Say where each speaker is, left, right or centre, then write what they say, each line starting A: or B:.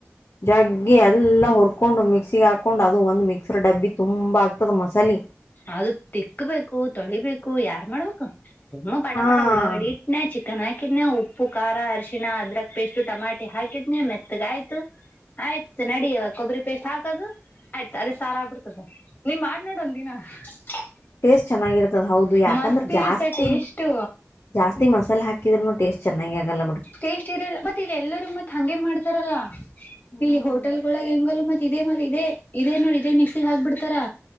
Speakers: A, on the left; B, on the left.
A: ಜಗ್ಗಿ ಎಲ್ಲ ಹೊರ್ಕೊಂಡು ಮಿಕ್ಸಿಗ್ ಹಾಕೊಂಡು ಅದು ಒಂದು ಮಿಕ್ಸರ್ ಡಬ್ಬಿ ತುಂಬಾ ಆಗ್ತದೆ ಮಸಾಲಿ.
B: ಅದು ತಿಕ್ಬೇಕು ತೊಳಿಬೇಕು ಯಾರ್ ಮಾಡ್ಬೇಕ. ಸುಮ ಪಟ
A: ಹಾಂ
B: ಪಟ ಉಳ್ಳಾಗಡ್ಡಿ ಇಟ್ಟನೆ ಚಿಕನ್ ಹಾಕಿದ್ನನೆ ಉಪ್ಪ- ಉಪ್ಪು ಖಾರ ಅರಶಿಣ ಅದ್ರಕ್ ಪೇಸ್ಟ್ ಟಮಾಟಿ ಹಾಕಿದ್ ನೀ ಮೆತ್ತಗ ಆಯ್ತು ಆಯ್ತು ನಡಿವ ಕೊಬ್ಬರಿ ಪೇಸ್ಟ್ ಹಾಕೋದು ಆಯ್ತು ಅದ ಸಾರ ಆಗ್ಬಿಡ್ತದ ನೀವ್ ಮಾಡ್ ನೋಡ ಒಂದ ದಿನ <inaudible>
A: ಟೇಸ್ಟ್ ಚೆನ್ನಾಗಿರ್ತದೆ ಹೌದು ಯಾಕಂದ್ರೆ
B: ಮಸ್ತ್ ಇರುತ್ತೆ
A: ಜಾಸ್ತಿ
B: ಟೇಸ್ಟೇ.
A: ಜಾಸ್ತಿ ಮಸಾಲೆ ಹಾಕಿದ್ರೂ ಟೇಸ್ಟ್ ಚೆನ್ನಾಗಿ ಆಗಲ್ಲ ಬಿಡು
B: ಟೇಸ್ಟ್ ಇರಲ್ಲ ಮತ್ತೆ ಇಲ್ಲರ ಮ ಹಗೆ ಮಾಡ್ತಾರಲ್ಲ
A: ಹ್ಮ್
B: ಇಲ್ಲಿ ಹೋಟೆಲ್ಗಳಳ ಹೆಂಗ ಮ- ಇದದೆ ಮರಿ ಇದದೆ ಇದೇ ನೋಡಿ ಇದೇ ಮಿಕ್ಸಿಗೆ ಹಾಕ್ಬಿಡ್ತಾರಾ